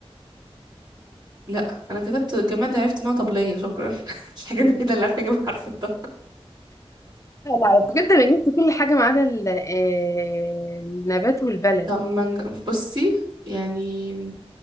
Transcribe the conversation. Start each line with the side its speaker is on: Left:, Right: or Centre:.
Right: لا انا كتبت جماد عرفت ان هو طبلية شكرا <laughs> الحاجة الوحيدة اللي عارفة اجيب حرف الطاء
Left: لا بجد أنا جبت كل حاجة ما عدا ال- آه، النبات والبلد
Right: طب ما نج- بصي يعني